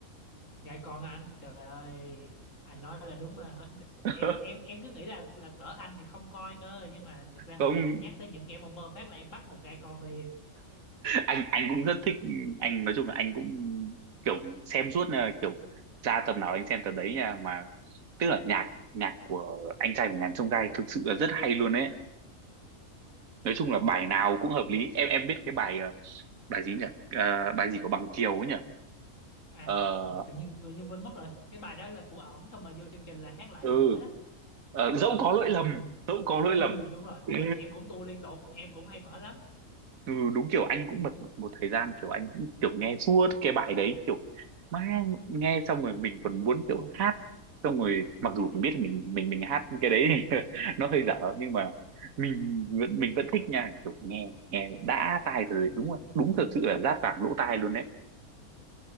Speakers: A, on the left; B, on the right.
A: dạ còn anh trời ơi anh nói là đúng mà
B: <laughs>
A: em em em cứ nghĩ là là cỡ anh thì không coi cơ nhưng mà thực ra hồi
B: không
A: nãy anh nhắc tới những kẻ mà mơ phát là em bắt một gai con liền
B: anh anh cũng rất thích anh nói chung là anh cũng kiểu xem suốt là kiểu ra tầm nào anh xem tầm đấy nha mà tức là nhạc nhạc của anh trai của ngàn chông gai thực sự là rất hay luôn đấy nói chung
A: ồ
B: là bài nào cũng hợp lý em em biết cái bài ờ, bài gì nhỉ Ờ, bài gì của Bằng Kiều ấy nhỉ
A: à
B: Ờ,
A: ờ tự nhiên tự nhiên quên mất rồi cái bài đó là của ổng xong rồi vô chương trình là hát lại
B: ừ
A: lần nữa đó
B: Ờ, dẫu có lỗi
A: Ờ,
B: lầm dẫu có
A: ừ
B: lỗi lầm
A: đúng rồi
B: Ê,
A: em cũng tua liên tục em cũng hay mở lắm
B: ừ đúng kiểu anh cũng bật một, một thời gian kiểu anh cũng kiểu nghe suốt cái bài đấy kiểu mang nghe xong rồi mình còn muốn kiểu hát xong rồi mặc
A: hát
B: dù
A: thì
B: mình biết là mình mình mình hát cái đấy <laughs> nó hơi dở nhưng mà mình vẫn mình vẫn thích nha kiểu nghe nghe đã tai rồi đúng rồi đúng thật sự là rát vàng lỗ tai luôn đấy